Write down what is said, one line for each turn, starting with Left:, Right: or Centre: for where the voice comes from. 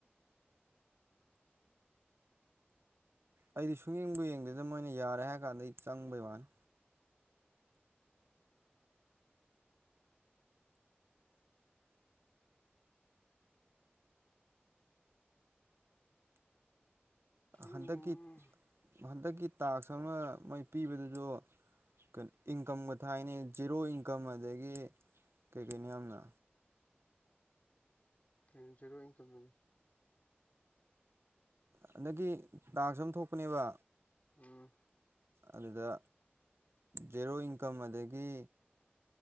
Right: ꯑꯩꯗꯤ ꯁꯨꯡꯌꯦꯡꯕꯨ ꯌꯦꯡꯗꯦꯗꯅ ꯃꯣꯏꯅ ꯌꯥꯔꯦ ꯍꯥꯏꯔ ꯀꯥꯟꯗ ꯑꯩ ꯆꯪꯕꯩ ꯋꯥꯅꯤ
Left: ꯎꯝ
Right: ꯍꯟꯗꯛꯀꯤ ꯍꯟꯗꯛꯀꯤ ꯇꯥꯛꯁ ꯑꯃ ꯃꯩ ꯄꯤꯕꯗꯨꯁꯨ ꯀꯣ ꯏꯟꯀꯝꯒ ꯊꯥꯏꯅꯤ ꯖꯤꯦꯔꯣ ꯏꯟꯀꯝ ꯑꯗꯒꯤ ꯀꯩ ꯀꯩꯅꯣ ꯌꯥꯝꯅ
Left: ꯇꯦꯟꯖꯔꯛ ꯏꯪ ꯈꯜꯕꯅꯤ
Right: ꯍꯟꯛꯒꯤ ꯇꯥꯡꯁꯨ ꯑꯃ ꯊꯣꯛꯄꯅꯦꯕ
Left: ꯎꯝ
Right: ꯑꯗꯨꯗ ꯖꯦꯔꯣ ꯏꯟꯀꯝ ꯑꯗꯒꯤ